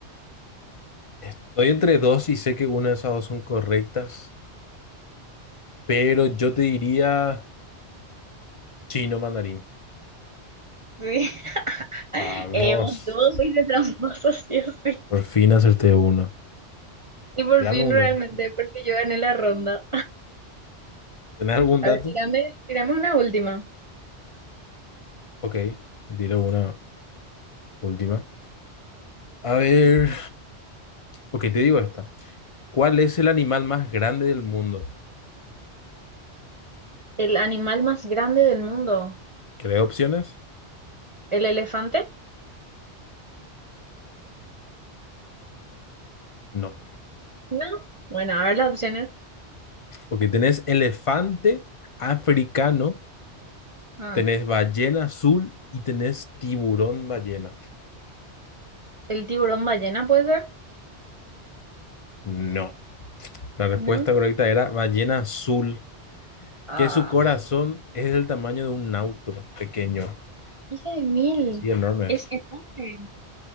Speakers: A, on the left; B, on the right.
A: Estoy entre dos y sé que una de esas dos son correctas, pero yo te diría chino mandarín.
B: Sí. <laughs>
A: Vamos.
B: Eh, vos todos sois de tramposos, sí o sí.
A: Por fin acerté uno.
B: Y por
A: Tírame
B: fin
A: un
B: realmente,
A: dato.
B: porque yo gané la ronda.
A: ¿Tenés algún
B: A
A: dato?
B: ver, tirame, tirame una última.
A: Ok, te tiro una última. A ver, ok, te digo esta. ¿Cuál es el animal más grande del mundo?
B: ¿El animal más grande del mundo?
A: ¿Querés opciones?
B: ¿El elefante?
A: No.
B: No. Bueno, a ver las opciones.
A: Ok, tenés elefante africano,
B: Ah,
A: tenés ballena azul y tenés tiburón ballena.
B: ¿el tiburón ballena puede ser?
A: No. La respuesta
B: No.
A: correcta era ballena azul,
B: Ah,
A: que su corazón es del tamaño de un auto pequeño.
B: hija de mil.
A: Sí, enorme
B: Es
A: es.
B: enorme.